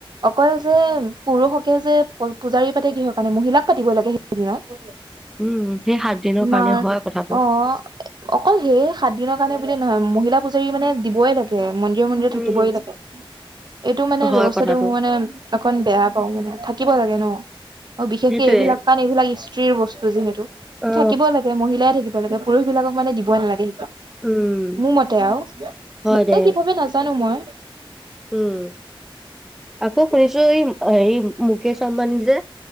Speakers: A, on the right; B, in the centre.
A: অকল যে পুৰুষকে যে পূজাৰী পাতে কিহৰ কাৰণে মহিলাক পাতিব লাগে সেইদিনত
B: উম সেই সাত দিনৰ কাৰণে
A: মাৰ
B: হয় কথাটো
A: অ অকল সেই সাত দিনৰ কাৰণে বুলি নহয় মহিলা পুজাৰী মানে দিবই লাগে মন্দিৰে মন্দিৰে
B: উম
A: থাকিবই লাগে এইটো মানে
B: হয়
A: ব্যৱস্থাটো
B: কথাটো
A: মই মানে অকন বেয়া পাওঁ মানে থাকিব লাগে নহ বিশেষকে
B: সেইটোৱে
A: এইবিলাক কাৰণ এইবিলাক স্ত্ৰীৰ বস্তু যিহেতু তহ
B: অ
A: থাকিব লাগে মহিলাই থাকিব লাগে পুৰুষ বিলাকক মান দিবই নালাগে
B: উম
A: মোৰ মতে আৰু
B: হয়
A: বাকীয়ে
B: দে
A: কি ভাবে নাজানো মই
B: উম আকৌ শুনিছো এই হেৰি মুকেশ আম্বানী যে,